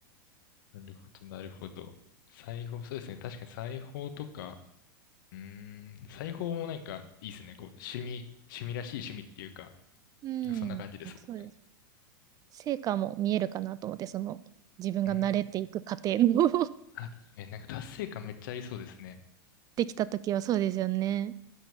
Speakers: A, on the left; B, on the right.
A: なるほど、なるほど。裁縫、そうですね。確かに裁縫とか、うーん、裁縫もなんかいいですね。こう、趣味、趣味らしい趣味っていうか、
B: うん、
A: そんな感じですもんね。
B: そうです。成果も見えるかなと思って、その自分が慣れていく過程も
A: うん。あ、確かになんか達成感めっちゃありそうですね。
B: <laughs> できたときはそうですよね。